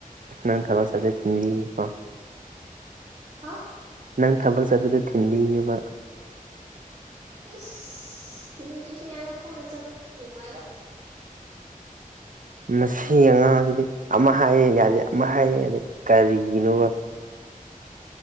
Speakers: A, on the right; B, on the right.
A: ꯅꯪ ꯊꯕꯛ ꯆꯠꯊ ꯊꯤꯟꯕꯤ ꯀꯣ
B: ꯍꯥ
A: ꯅꯪ ꯊꯕꯛ ꯆꯠꯄꯗ ꯊꯤꯟꯕꯤꯒꯦꯕ
B: ꯑꯦꯁ ꯊꯤꯟꯕꯤ ꯗꯔꯁꯨ ꯌꯥꯔꯦꯗ ꯈꯣꯡꯅꯥ ꯆꯠꯄ ꯅꯨꯡꯉꯥꯏꯗ
A: ꯃꯁꯤ ꯑꯉꯥꯡꯁꯤꯗꯤ ꯑꯃ ꯍꯥꯏꯌꯦ ꯌꯥꯗꯦ ꯑꯃ ꯍꯥꯏꯌꯦ ꯌꯥꯗꯦ ꯀꯔꯤꯒꯤꯅꯣꯕ